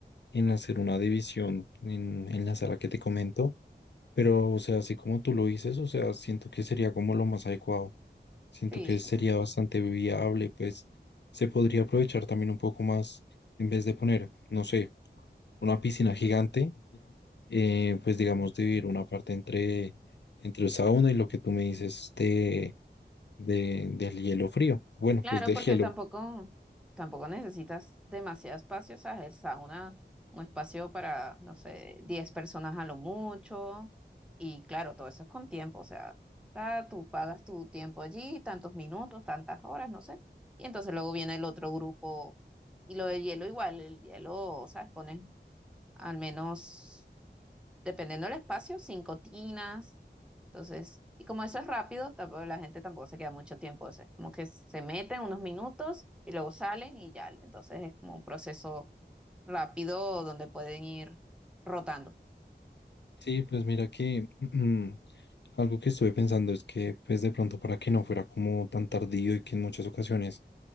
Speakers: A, on the left (about 70°); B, in the centre.
A: en hacer una división en, en la sala que te comento, pero o sea, así como tú lo dices, o sea, siento que sería como lo más adecuado. Siento
B: Sí.
A: que sería bastante viable, pues se podría aprovechar también un poco más en vez de poner, no sé, una piscina gigante, eh, pues digamos dividir una parte entre, entre el sauna y lo que tú me dices de, de- del hielo frío. Bueno,
B: Claro,
A: pues del
B: porque
A: hielo.
B: tampoco, tampoco necesitas demasiado espacio, o sea, el sauna, un espacio para, no sé, 10 personas a lo mucho, y claro, todo eso es con tiempo, o sea, ta- tú pagas tu tiempo allí, tantos minutos, tantas horas, no sé, y entonces luego viene el otro grupo, y lo de hielo igual, el hielo, o sea, pones al menos dependiendo del espacio, cinco tinas, Entonces, y como eso es rápido, tampoco- la gente tampoco se queda mucho tiempo. O sea, es como que se meten unos minutos y luego salen y ya. Entonces es como un proceso rápido donde pueden ir rotando.
A: Sí, pues mira que <clears throat> mm, algo que estuve pensando es que pues de pronto para que no fuera como tan tardío y que en muchas ocasiones